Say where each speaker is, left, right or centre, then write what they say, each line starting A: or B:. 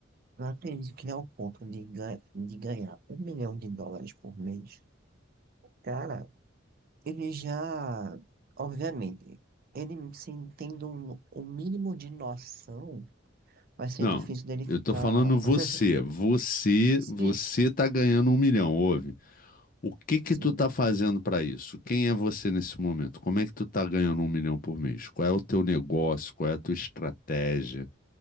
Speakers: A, on the right (about 45°); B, on the left (about 45°).
A: não acredito que é o ponto de, ga- de ganhar um milhão de dólares por mês. Cara, ele já, obviamente, ele sem tendo um- o mínimo de noção, vai ser
B: Não,
A: difícil dele ficar.
B: eu tô falando você.
A: <laughs>
B: Você,
A: Sim,
B: você tá ganhando um milhão, ouve? O que que
A: sim.
B: tu tá fazendo para isso? Quem é você nesse momento? Como é que tu tá ganhando um milhão por mês? Qual é o teu negócio? Qual é a tua estratégia?